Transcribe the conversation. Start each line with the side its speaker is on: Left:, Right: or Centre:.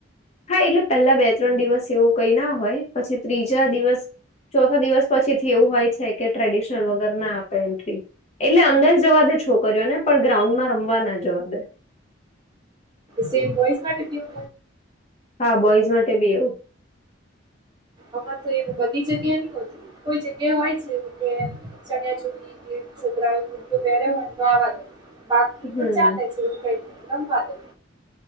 Left: હા એટલે પહેલા બે ત્રણ દિવસ એવો કઈ ના હોય પછી ત્રીજા દિવસ ચોથા દિવસ પછી થી એવું હોય છે કે ટ્રેડિશનલ વગર ના આપે એન્ટ્રી એટલે અંદર જવા દે છોકરીઓને પણ ગ્રાઉન્ડમાં રમવા ના જવા દે
Right: સેમ બોયસ માટે બીહો
Left: હા બોઈઝ માટે બી એવું
Right: આમાં તો એવું બધી જગ્યા નની હોતું કોઈ જગ્યા એ હોય છે એવું કે ચણીયા ચોલી કે છોકરાઓ કૂતો પહેરે હો તો આ વાદે બાકી તો
Left: હમ
Right: ચાલે છે એવુ કઈ રમવા દે